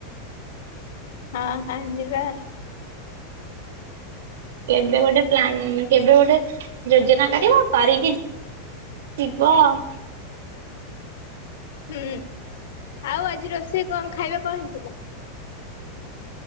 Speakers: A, on the left (about 80°); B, on the right (about 80°).
A: ହଁ ହଁ ଯିବା।
B: କେବେ ଗୋଟେ ପ୍ଲାନ କେବେ ଗୋଟେ ଯୋଜନା କରିବ କରିକି ଯିବ ଆଉ
A: ହୁଁ ଆଉ ଆଜି ରୋଷେଇ କଣ ଖାଇବା କଣ ହେଇଥିଲା?